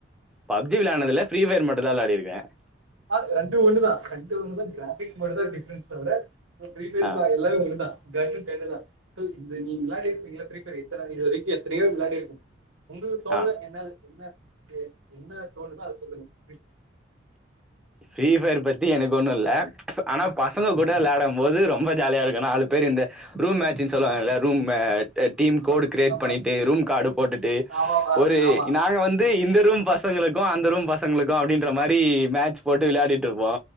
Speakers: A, in the centre; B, on the right.
A: பப்ஜி விளான்டதுல ஃப்ரீஃபயர் மட்டுதா விளாடிருக்க
B: ஆ ரண்டூ ஒண்ணு தா ரண்டு ஒண்ணு தா கிராஃபிக் மட்டுதா டிஃப்ரென்ஸ் தவிர <unintelligible>
A: ஆ
B: எல்லாரு ஒன்னுதா கன்னு தேடலா <unintelligible> இந்து நீ விளாடி இருப்பீங்கள பிரீப்பரி எத்தன இது வரைக்கு எத்தனையோ விளாடிருக்க உங்களுக்கு தோனுத
A: ஆ
B: என்னாது என்ன பே என்ன தோனுதோ அத சொல்லுங்க <inaudible>
A: ஃப்ரீ ஃபயர் பத்தி எனக் ஒண்ணுல்ல அனா பசங்க கூட விளாடம் போது ரொம்ப ஜாலியா இருக்கு நாலு பேர் இந்த ரூம் மேச்சுன் சொல்லுவாங்கல ரூம் மே அ டீம்
B: ஆமா
A: கோடு கிரியேட்
B: ஆமா
A: பண்ணீட்டு ரூம் கார்டு போட்டுட்டு
B: ஆமா ஆமா
A: ஒரு
B: ஆமா
A: நாங்க வந்து இந்த ரூம் ஃபஸ் சங்களுக்கு அந்த ரூம் பசங்களுக்கு அப்டின்ற மாரி மேட்ச் போட்டு விளயாடிட்ருப்போ